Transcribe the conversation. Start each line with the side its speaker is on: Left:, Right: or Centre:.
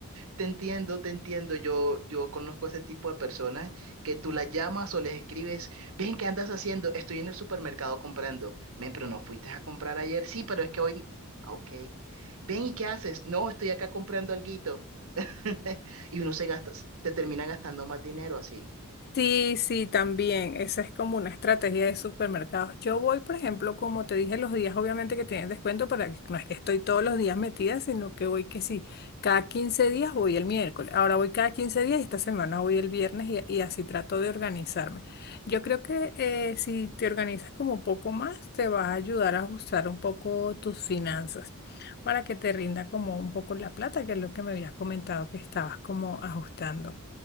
Right: Te entiendo, te entiendo. Yo, yo conozco ese tipo de personas que tú las llamas o les escribes, ven, ¿qué andas haciendo? Estoy en el supermercado comprando. Ven, pero no fuiste a comprar ayer. Sí, pero es que hoy. Ah, ok. Ven, ¿y qué haces? No, estoy acá comprando alguito. <laughs> Y uno se gasta, se termina gastando más dinero así.
Left: Sí, sí, también. Esa es como una estrategia de supermercados. Yo voy, por ejemplo, como te dije, los días obviamente que tienen descuento, para que no es que estoy todos los días metida, sino que voy que sí, cada 15 días voy el miércoles. Ahora voy cada 15 días y esta semana voy el viernes y, y así trato de organizarme. Yo creo que eh, si te organizas como un poco más, te vas a ayudar a ajustar un poco tus finanzas para que te rinda como un poco la plata, que es lo que me habías comentado que estabas como ajustando.